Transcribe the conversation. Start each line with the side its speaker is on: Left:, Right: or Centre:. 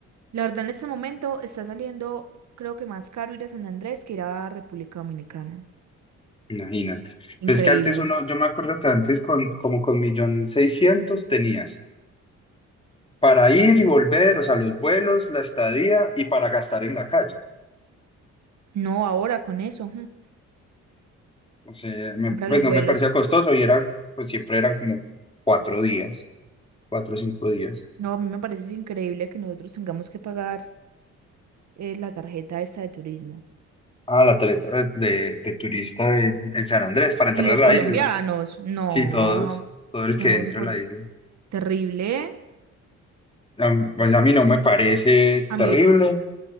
Right: la verdad en este momento está saliendo, creo que más caro ir a San Andrés que ir a República Dominicana.
Left: imagínate.
Right: Increíble.
Left: Pues Es que antes uno, yo me acuerdo que antes con como con millón seiscientos tenías para ir y volver, o sea, los vuelos, la estadía y para gastar en la calle.
Right: No, ahora con eso. ujú.
Left: O sea, me-
Right: compra
Left: pues
Right: los
Left: no
Right: vuelos.
Left: me parecía costoso y era, pues siempre eran como cuatro días, cuatro o cinco días.
Right: No, a mí me parece increíble que nosotros tengamos que pagar eh, la tarjeta esta de turismo.
Left: Ah, la tarjeta de, de turista en, en San Andrés para entrar
Right: Y los
Left: a la
Right: colombianos,
Left: isla.
Right: no,
Left: Sí, todos, todo el que
Right: no,
Left: entra
Right: eso fue
Left: a la isla.
Right: terrible.
Left: A mí- Pues a mí no me parece
Right: A
Left: terrible
Right: mí tam-